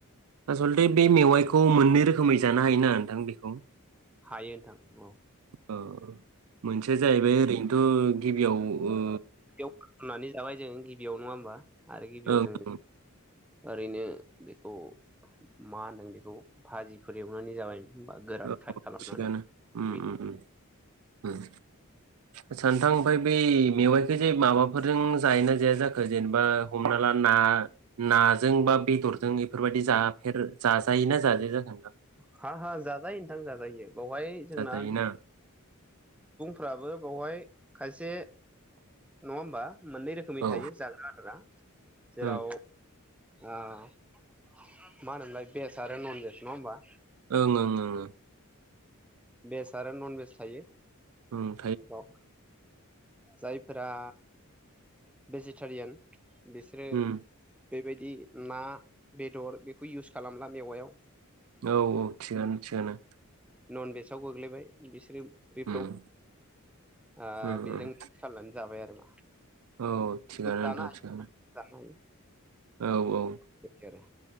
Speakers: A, on the right (about 75°); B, in the centre.
A: आसलथे बे मेवाइखौ मोननै रोखोमै जानो हायो ना नोंथां बेखौ।
B: हायो नोंथां ओउ।
A: ओउ। मोनसेया जाहैबाय ओरैन त गिबियाव। ओ
B: एव नानि जाबाय जों। गिबियाव नङा ओमबा। आरो गिबियाव
A: ओं ओं
B: जों ओरैनो बेखौ मा होनदों बेखौ भाजिफोर एवनानै जाबाय। बा गोरान
A: ओउ
B: फ्राय खालामनानै
A: थिगानो ओम
B: बिदि
A: ओम ओम ओम आतसा नोंथां। फाय बै मेवाइखो जे माबाफोरजों जायोना जाया जाखो जेनबा हमना ला ना नाजों बा बेदरजों इफोरबायदि जाफेर जाजायोना जाजाया जाखो?
B: हा हा जा जायो। थां जा जायो। बौवहाय जोंना
A: जाजायोना
B: फ्राबो बौहाय खायसे नङा ओमबा। मोननै रोखोमै
A: औ
B: थायो जाग्रा आदारा
A: ओं
B: आह मा होनोमोनलाय बेस आरो नन बेज नङा होमबा।
A: ओं ओं ओं ओं।
B: बेज आरो नन बेज थायो।
A: ओम
B: बाव जायफोरा बेजिटारियान। बेसोरो
A: उम
B: बेबायदि ना, बेदर बेखौ इउस खालामला मेवाइयाव।
A: औ औ थिगानो। थिगानो।
B: ननभेजाव गोग्लैबाय बिसोरो बेफोराव
A: उम
B: ओ
A: उम
B: बेजों
A: उम
B: साननानै जाबाय आरोमा
A: औ थिगानो
B: जानो
A: नोंथां
B: हायो
A: थिगानो
B: जानो हायो।
A: औ औ
B: बिदि आरो